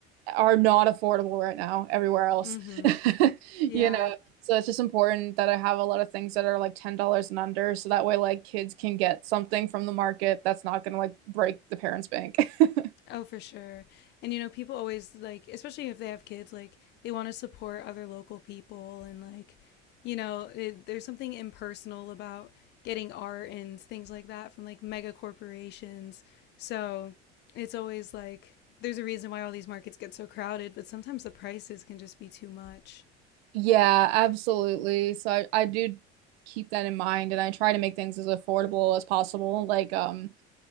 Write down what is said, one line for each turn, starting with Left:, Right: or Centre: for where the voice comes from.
Right: are not affordable right now everywhere else.
Left: Mm
Right: <laughs>
Left: hmm.
Right: You
Left: Yeah.
Right: know, so it's just important that I have a lot of things that are like $10 and under so that way like kids can get something from the market that's not going to like break the parents' bank. <laughs>
Left: Oh, for sure. And you know, people always like, especially if they have kids, like they want to support other local people and like, you know, it, there's something impersonal about getting art and things like that from like mega corporations. So it's always like there's a reason why all these markets get so crowded, but sometimes the prices can just be too much.
Right: Yeah, absolutely. So I, I do keep that in mind and I try to make things as affordable as possible. Like, um,